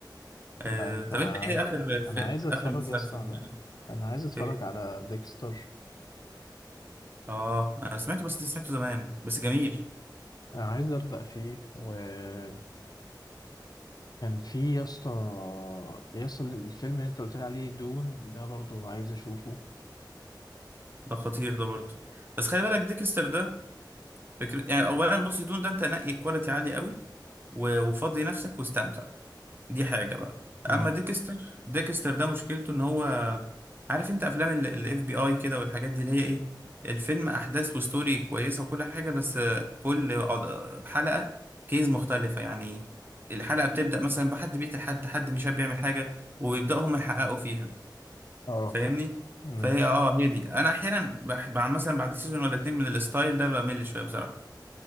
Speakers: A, on the right (about 25°); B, on the left (about 55°).
A: آه
B: لا انت
A: طب
B: عارف
A: انت ايه اخر
B: انا عايز اتفرج
A: اخر مسلسل
B: يا اسطى على انا عايز اتفرج
A: كده؟
B: على ديكستر
A: اه انا سمعته بس ده سمعته زمان بس جميل
B: انا عايز ابدا فيه وكان في يا اسطى يا اسطى الفيلم اللي انت قلت لي عليه دون ده برضو عايز اشوفه
A: ده خطير ده برضه بس خلي بالك ديكستر ده فكرة يعني اولا بص دون ده انت نقي كواليتي عالي قوي و- وفضي نفسك واستمتع دي حاجة بقى
B: مم.
A: اما ديكستر ديكستر ده مشكلته ان هو عارف انت افلام الاف بي اي كده والحاجات دي اللي هي ايه الفيلم احداث وستوري كويسة وكل حاجة بس آه، كل قض- حلقة كيز مختلفة يعني الحلقة بتبدأ مثلا بحد بيقتل حد حد مش عارف بيعمل حاجة وبيبدأوا هم يحققوا فيها
B: اه
A: فاهمني
B: مم.
A: فهي اه هي دي انا احيانا بح- بعد مثلا بعد سيزون ولا اتنين من الستايل ده بمل شويه بصراحه